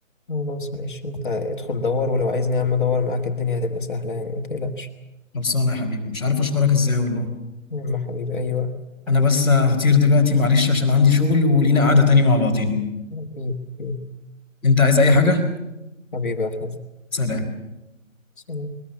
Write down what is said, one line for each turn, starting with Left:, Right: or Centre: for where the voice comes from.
Left: خلاص ماشي انت ادخل دور ولو عايزني يا عم ادور معاك الدنيا هتبقى سهلة يعني ما تقلقش
Centre: خلصانه يا حبيبي مش عارف اشكرك ازاي والله
Left: يا عم حبيبي ايوه
Centre: انا بس هطير دلوقتي معلش عشان عندي شغل ولينا قعده تاني مع بعضينا
Left: اكيد أكيد.
Centre: انت عايز اي حاجه
Left: حبيبي يا حبيبي
Centre: سلام
Left: سلام.